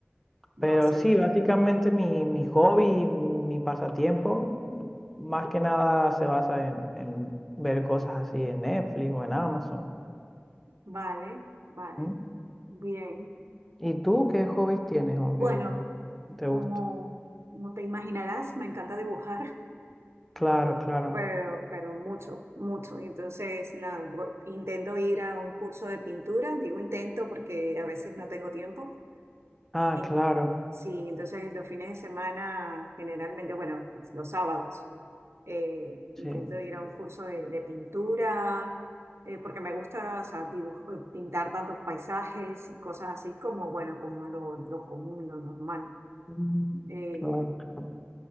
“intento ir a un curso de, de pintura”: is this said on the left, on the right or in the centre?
Right